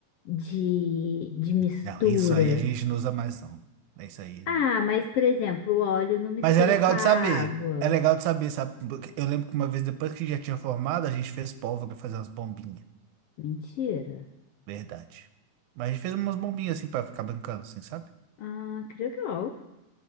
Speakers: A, on the left; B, on the right.
A: de, de mistura?
B: Não, isso aí a gente não usa mais, não. É isso aí.
A: Ah,
B: não.
A: mas por exemplo, o óleo não mistura
B: Mas é legal
A: com a água.
B: de saber. É legal de saber, sabe? Porque Eu lembro que uma vez, depois que já tinha formado, a gente fez pólvora fazer umas bombinhas.
A: Mentira.
B: Verdade. Mas a gente fez umas bombinhas assim pra ficar brincando, assim, sabe?
A: Ah, que legal.